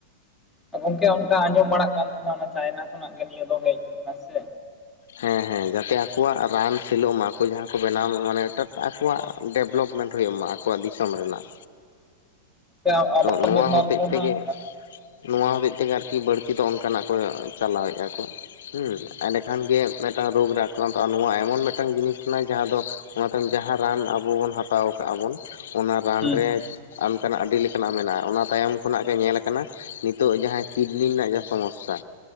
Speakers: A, in the centre; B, on the left.
A: ᱦᱮᱸ ᱜᱚᱝᱠᱮ ᱚᱱᱠᱟ ᱟᱸᱡᱚᱢ ᱵᱟᱲᱟᱜ ᱠᱟᱱ ᱛᱟᱦᱮᱸᱱᱟ ᱚᱱᱟ ᱪᱟᱭᱱᱟ ᱠᱷᱚᱱᱟᱜ ᱜᱮ ᱱᱤᱭᱟᱹ ᱫᱚ ᱦᱮᱡ ᱞᱮᱱᱟ ᱥᱮ
B: ᱦᱮᱸ ᱦᱮᱸ ᱡᱟᱛᱮ ᱟᱠᱚᱣᱟᱜ ᱨᱟᱱ ᱥᱮᱞᱚᱜ ᱢᱟ ᱟᱠᱚ ᱡᱟᱦᱟᱸ ᱠᱚ ᱵᱮᱱᱟᱣ ᱢᱟ ᱢᱟᱱᱮ ᱢᱤᱫᱴᱟᱝ ᱟᱠᱚᱣᱟᱜ ᱰᱮᱵᱷᱞᱚᱯᱢᱮᱱᱴ ᱦᱳᱭᱳᱜ ᱢᱟ ᱟᱠᱚᱣᱟᱜ ᱫᱤᱥᱚᱢ ᱨᱮᱱᱟᱜ
A: ᱟᱵᱟᱨ
B: ᱟᱫᱚ ᱱᱚᱣᱟ
A: ᱱᱮᱛᱟᱨ
B: ᱦᱚᱛᱮᱡ
A: ᱫᱚ
B: ᱛᱮᱜᱮ
A: ᱦᱟᱸᱜ
B: ᱱᱚᱣᱟ ᱦᱚᱛᱮᱡ ᱛᱮᱜᱮ ᱟᱨᱠᱤ ᱵᱟᱹᱲᱛᱤ ᱫᱚ ᱚᱱᱠᱟ ᱱᱟᱜ ᱠᱚ ᱪᱟᱞᱟᱣᱮᱜᱼᱟᱠᱚ᱾ ᱦᱩᱸ ᱮᱸᱰᱮᱠᱷᱟᱱ ᱜᱮ ᱢᱤᱫᱴᱟᱝ ᱨᱳᱜᱽ ᱨᱮ ᱟᱠᱨᱟᱱᱛᱚᱜᱼᱟ ᱱᱚᱣᱟ ᱮᱢᱚᱱ ᱢᱤᱫᱴᱟᱝ ᱡᱤᱱᱤᱥ ᱠᱟᱱᱟ ᱡᱟᱦᱟᱸ ᱫᱚ ᱚᱱᱟ ᱛᱟᱭᱚᱢ ᱡᱟᱦᱟᱸ ᱨᱟᱱ ᱟᱵᱚ ᱵᱚᱱ ᱦᱟᱛᱟᱣ ᱠᱟᱜᱼᱟᱵᱚᱱ ᱚᱱᱟ ᱨᱟᱱ
A: ᱦᱩᱸ
B: ᱨᱮ
A: ᱦᱩᱸ
B: ᱚᱱᱠᱟᱱᱟᱜ ᱟᱹᱰᱤ ᱞᱮᱠᱟ ᱚᱱᱠᱟᱱᱟᱜ ᱢᱮᱱᱟᱜᱼᱟ ᱚᱱᱟ ᱛᱟᱭᱚᱢ ᱠᱷᱚᱱᱟᱜ ᱜᱮ ᱧᱮᱞ ᱠᱟᱱᱟ ᱱᱤᱛᱳᱜ ᱡᱟᱦᱟᱸ ᱠᱤᱰᱱᱤ ᱨᱮᱱᱟᱜ ᱡᱟᱦᱟᱸ ᱥᱚᱢᱚᱥᱥᱟ